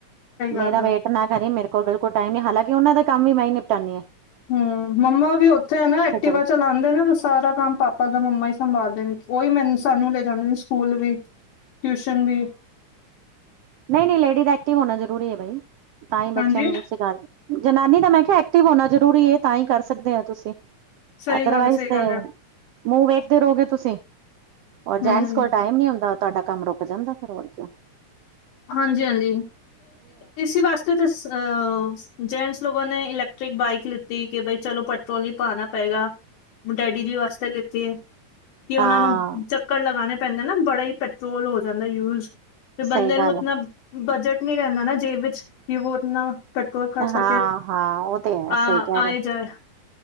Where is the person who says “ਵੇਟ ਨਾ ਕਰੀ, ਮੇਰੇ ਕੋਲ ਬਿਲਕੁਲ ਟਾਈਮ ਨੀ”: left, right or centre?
Right